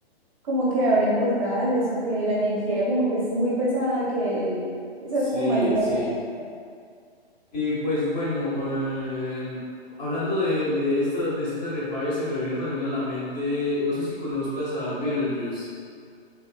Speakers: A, on the right; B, on the left.
A: como que abren portales o que la energía como que es muy pesada, que quizás
B: Sí,
A: sea, es como maluca.
B: sí.
A: para- uno.
B: Y pues bueno, em, hablando de, de esto, de este Terrifier, se me vino también a la mente, no sé si conozcas a Beetlejuice.